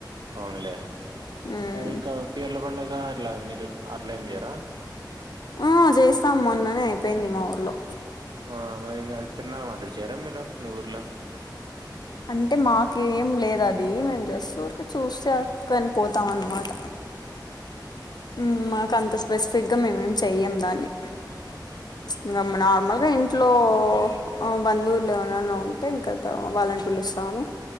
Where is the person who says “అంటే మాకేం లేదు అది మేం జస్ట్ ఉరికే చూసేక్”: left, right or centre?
Left